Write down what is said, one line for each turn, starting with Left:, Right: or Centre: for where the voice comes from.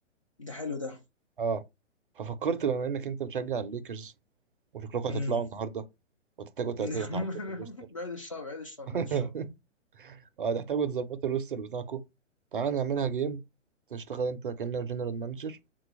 Left: ده حلو ده
Right: اه ففكرت بما انك انت بتشجع الليكرز وشكلكم
Left: امم
Right: هتطلعوا النهارده وتحتاجوا تعدلوا
Left: <laughs>
Right: تعدلوا الروستر
Left: بعيد الشر بعيد الشر
Right: <laughs>
Left: بعيد الشر
Right: وهتحتاجوا تظبطوا الروستر بتاعكم تعالى نعملها جيم تشتغل انت كأنك جنرال مانجر